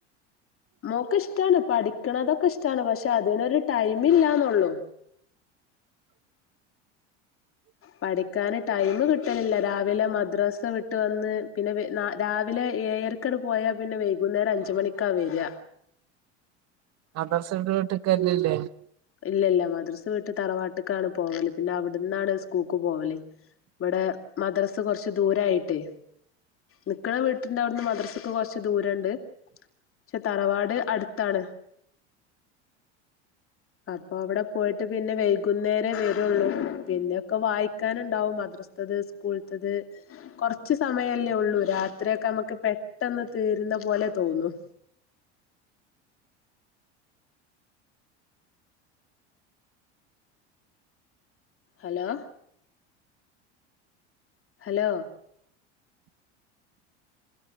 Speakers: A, on the left; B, on the right.
A: മോക്ക് ഇഷ്ടാണ് പഠിക്ക്ണതൊക്കെ ഇഷ്ടാണ് പക്ഷെ അതിനൊരു ടൈമില്ലാന്നെള്ളു പഠിക്കാന് ടൈമ് കിട്ടലില്ല രാവിലെ മദ്രസ വിട്ട് വന്ന് പിന്നെ രാവിലെ ഏഴര ക്ക് പോയാ പിന്നെ വൈകുന്നേരം അഞ്ചു മണിക്കാ വരാ.
B: മദ്രസ വിട്ട് വീട്ട്ക്ക് വരലില്ലേ
A: ഇല്ലല്ല മദ്രസ് വീട്ട് തറവാട്ടക്കാണ് പോവല് പിന്നെ അവിടന്നാണ് സ്കൂൾക്ക് പോവല് ഇവടെ മദ്രസ് കൊറച്ച് ദൂരായിട്ട് നിക്ക്ണ വീട്ട്ണ്ടവിടന്ന് മദ്രസ് സ്ക്ക് കൊറച്ച് ദൂരണ്ട് പക്ഷെ തറവാട് അടുത്താണ് അപ്പോ അവിടെ പോയിട്ട് പിന്നെ വൈകുന്നേരേ വരെള്ളൂ പിന്നെ ഒക്കെ വായിക്കാനുണ്ടാവും മദ്റസ ത്തത് സ്കൂൾത്തത് കൊറച്ച് സമയല്ലേ ഒള്ളൂ രാത്രിയൊക്കെ നമ്മുക്ക് പെട്ടെന്ന് തീരുന്ന പോലെ തോന്നും ഹലോ ഹലോ